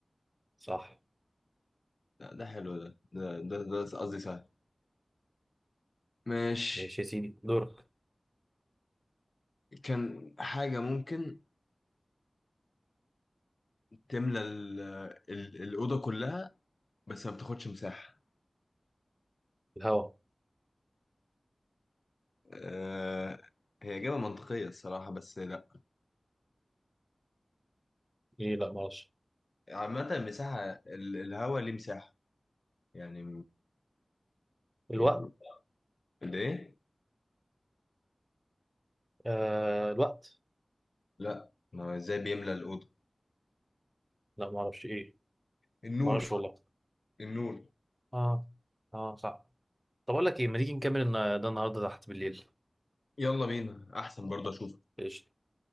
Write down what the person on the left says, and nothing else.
لا ده حلو ده ده ده ده قصدي سهل ماشي
كان حاجة ممكن تملى ال- ال- الأوضة كلها بس ما بتاخدش مساحة
أه هي إجابة منطقية الصراحة بس لا
عامة المساحة ال- الهوا ليه مساحة يعني
يعني ليه؟
لا ما هو ازاي بيملى الأوضة
النور
النور
يلا بينا أحسن برضه أشوفك